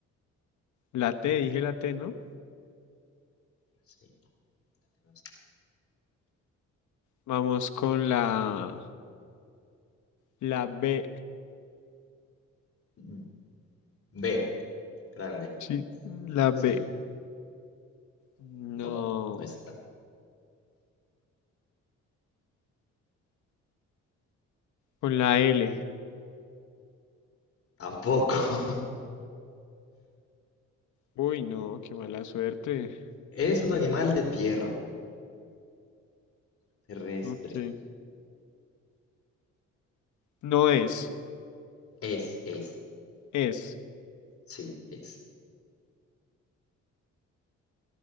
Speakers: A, on the left (about 75°); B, on the left (about 50°).
A: la T, dije la T, ¿no?
B: Sí, la tenemos.
A: Vamos con la, la B.
B: Mm, B, grande.
A: Sí, la B.
B: Sí,
A: No,
B: no, no está.
A: con la L.
B: Tampoco. <laughs>
A: Uy, no, qué mala suerte.
B: Es un animal de tierra, terrestre.
A: Ok. No es,
B: Es, es.
A: es.
B: Sí, es.